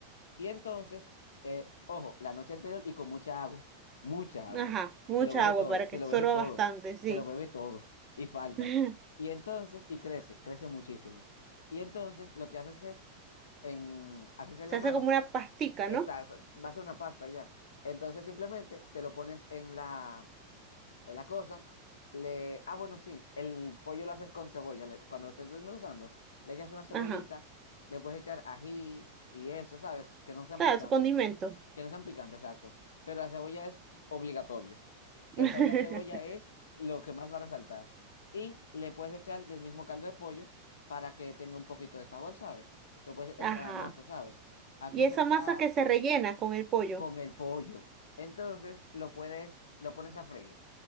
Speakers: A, on the left (about 65°); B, on the right (about 30°).
A: Y entonces, eh, ojo, la noche anterior y con mucha agua, mucha agua.
B: ajá, mucha
A: Se lo bebe
B: agua
A: todo,
B: para
A: se
B: que absorba
A: lo bebe todo,
B: bastante, sí.
A: se lo bebe todo y falta.
B: <laughs>
A: Y entonces, y crece, crece muchísimo. Y entonces lo que haces es, en, haces en
B: Se
A: la
B: hace
A: mano.
B: como una pastica,
A: Exacto,
B: ¿no?
A: va a ser una pasta ya. Entonces simplemente te lo pones en la, en la cosa. Le, ah, bueno, sí, el pollo lo haces con cebolla. le- cuando lo estés desmenuzando, le echas una cebollita,
B: Ajá,
A: le puedes echar ají y eso, ¿sabes? Que no sean
B: claro,
A: picantes,
B: es un condimento.
A: que no sean picantes, exacto. Pero la cebolla es obligatorio.
B: <laughs>
A: El sabor de la cebolla es lo que más va a resaltar. Y le puedes echar del mismo caldo de pollo para que tenga un poquito de sabor, ¿sabes? Se lo puedes
B: Ajá,
A: echar a la masa, ¿sabes? Aquí
B: y esa
A: se usa
B: masa que se rellena con el pollo.
A: con el pollo. Entonces lo puedes, lo pones a freír.